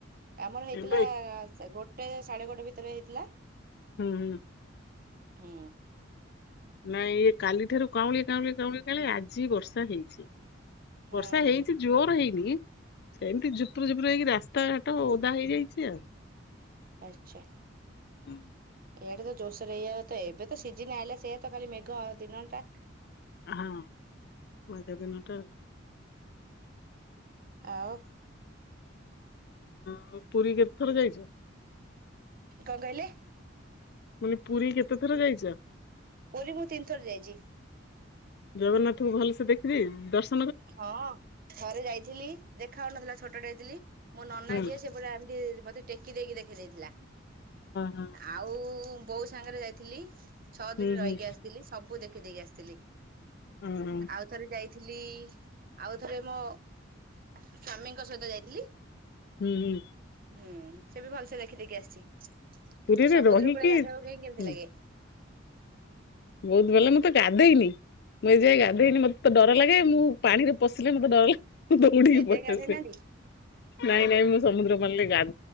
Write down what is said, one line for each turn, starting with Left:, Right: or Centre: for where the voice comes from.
Right: ଆମର ହେଇଥିଲା
Left: ଏବେ
Right: ଗୋଟେ ସାଢେ ଗୋଟେ ଭିତରେ ହେଇଥିଲା।
Left: ହୁଁ ହୁଁ।
Right: ହୁଁ।
Left: ନାଇଁ ଇଏ କାଲି ଠାରୁ କାଉଁଳି କାଉଁଳି କାଉଁଳି କାଁଉଳି ଆଜି ବର୍ଷା ହେଇଛି।
Right: ହୁଁ
Left: ବର୍ଷା ହେଇଛି ଜୋରେ ହେଇ <unintelligible> ଝୁପୁରୁ ଝୁପୁରୁ ହେଇକି ରାସ୍ତାଘାଟ ଓଦା ହେଇଯାଇଚି ଆଉ।
Right: ଆଚ୍ଛା।
Left: ହୁଁ।
Right: ଏଇ ଆଡ଼େ ତ ଜୋର ସୋରେ <unintelligible> ଏବେ ତ ସିଜିନ୍ ଆଇଲା ସେଇଆ ତ ଖାଲି ମେଘ ଦିନ ଟା।
Left: ହଁ ମେଘ ଦିନ ଟା।
Right: ଆଉ।
Left: ଆଉ ପୁରୀ କେତେ ଥର ଯାଇଚ?
Right: କଣ କହିଲେ?
Left: ମାନେ ପୁରୀ କେତେ ଥର ଯାଇଛ?
Right: ପୁରୀ ମୁଁ ତିନି ଥର ଯାଇଚି।
Left: ଜଗନ୍ନାଥଙ୍କୁ ଭଲସେ ଦେଖିବି ଦଶ
Right: ହଁ। ଥରେ ଯାଇଥିଲି ଦେଖା ହଉନଥିଲା ଛୋଟ ଟେ ହେଇଥିଲି ମୋ ନନା
Left: ହଁ
Right: ଯିଏ ସେ ପୁରା ଏମିତି ମତେ ଟେ ଟେକି ଦେଇକି ଦେଖେଇ ଦେଇଥିଲା
Left: ହଁ
Right: ଆଉ ବୋଉ ସାଙ୍ଗରେ ଯାଇଥିଲି। ଛଅ
Left: ହୁଁ
Right: ଦିନି
Left: ହୁଁ
Right: ରହିକି ଆସିଥିଲି ସବୁ ଦେଖିଦେଇକି ଆସିଥିଲି
Left: ହଁ ହଁ
Right: ଆଉଥରେ ଯାଇଥିଲି ଆଉ ଥରେ ମୋ ସ୍ଵାମୀଙ୍କ ସହିତ ଯାଇଥିଲି।
Left: ହୁଁ ହୁଁ।
Right: ହୁଁ ସେ ବି ଭଲସେ ଦେଖିଦେଇକି ଆସିଛି।
Left: ପୁରୀରେ
Right: ସମୁଦ୍ର
Left: ରହିକି
Right: କୂଳେ ଗାଧେଇବାକୁ କାଇଁ କେମିତି
Left: ହୁଁ
Right: ଲାଗେ
Left: ବହୁତ୍ ଭଲ ନା ତ ଗାଧେଇନି ମୁଁ ଏ ଯାଏଁ ଗାଧେଇନି ମତେ ତ ଡ଼ର ଲାଗେ ମୁଁ ପାଣିରେ ପଶିଲେ ମତେ ଡ଼ର ଲାଗେ। ମୁଁ ଦୌଡ଼ିକି
Right: ଏଯାଏଁ
Left: ପଳେଇଆସେ
Right: ଗାଧେଇ ନାହାନ୍ତି
Left: ନାଇଁ ନାଇଁ ମୁଁ ସମୁଦ୍ର ପାଣିରେ ଗାଧେ